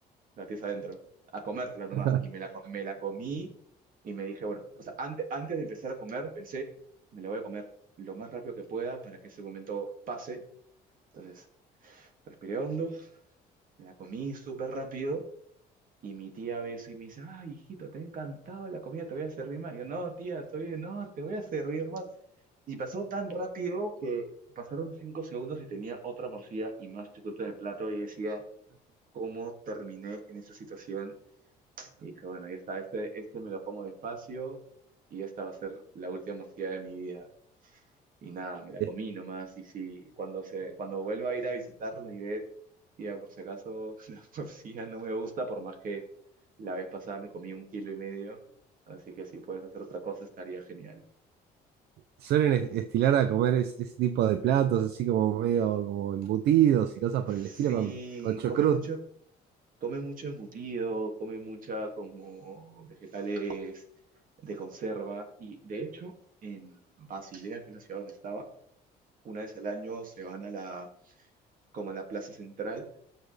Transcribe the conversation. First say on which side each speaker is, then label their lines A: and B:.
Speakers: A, on the right; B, on the right.
A: la tienes adentro, a comértela nomás.
B: <laughs>
A: Y me la, co- me la comí y me dije, bueno, o sea, antes, antes de empezar a comer, pensé, me la voy a comer lo más rápido que pueda para que ese momento pase. Entonces, respiré hondo, me la comí súper rápido y mi tía ve eso y me dice, ay, hijito, te ha encantado la comida, te voy a servir más. yo, no, tía, estoy no, te voy a servir más. Y pasó tan rápido que pasaron cinco segundos y tenía otra morcilla y más chocolate en el plato y decía, ¿cómo terminé en esa situación? Y dije, bueno, ya está, este, este me lo como despacio y esta va a ser la última morcilla de mi vida. Y nada, me la
B: Es-
A: comí nomás. Y si cuando, se, cuando vuelva a ir a visitarlo, le diré, tía, por si acaso <laughs> la morcilla no me gusta, por más que la vez pasada me comí un kilo y medio. Así que si puedes hacer otra cosa, estaría genial.
B: Suelen es- estilar a comer es- ese tipo de platos, así como medio como embutidos y cosas
A: Sí,
B: por el estilo con, con chocrut.
A: come mucho, come mucho embutido, come mucha como vegetales de conserva. Y de hecho, en Basilea, que es la ciudad donde estaba, una vez al año se van a la, como a la plaza central